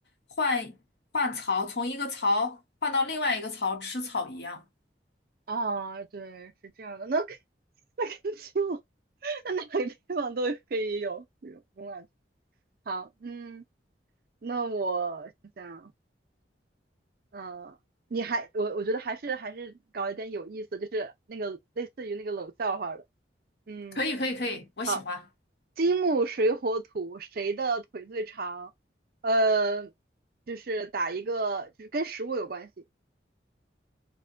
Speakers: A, on the left; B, on the right.
A: 换换槽，从一个槽换到另外一个槽吃草一样。
B: 啊，对，是这样的，那肯 <laughs> 那跟基本那哪个地方都可以有这有慵懒。好，嗯，那我想想，呃，你还我我觉得还是还是搞一点有意思，就是那个类似于那个冷笑话的。嗯，
A: 可以，可以，可以，我喜欢。
B: 好，金木水火土，谁的腿最长？呃，就是打一个，就是跟食物有关系。